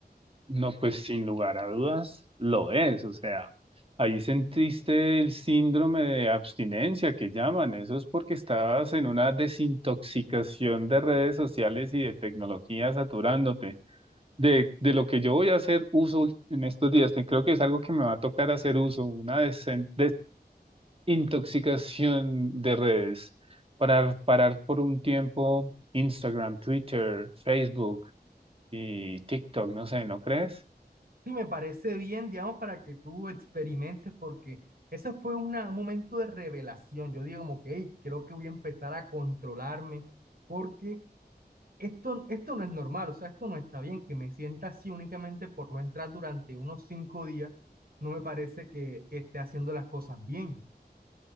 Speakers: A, on the right; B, on the right.
A: No, pues sin lugar a dudas lo es. O sea, ahí sentiste el síndrome de abstinencia que llaman. Eso es porque estabas en una desintoxicación de redes sociales y de tecnología saturándote. de, de lo que yo voy a hacer uso en estos días. Te- Creo que es algo que me va a tocar hacer uso, una desen- desintoxicación de redes, para parar por un tiempo Instagram, Twitter, Facebook y TikTok, no sé, ¿no crees?
B: Sí, me parece bien, digamos, para que tú experimentes, porque ese fue una- un momento de revelación. Yo digo como que, hey, creo que voy a empezar a controlarme porque Esto, esto no es normal, o sea, esto no está bien, que me sienta así únicamente por no entrar durante unos cinco días, no me parece que, que esté haciendo las cosas bien.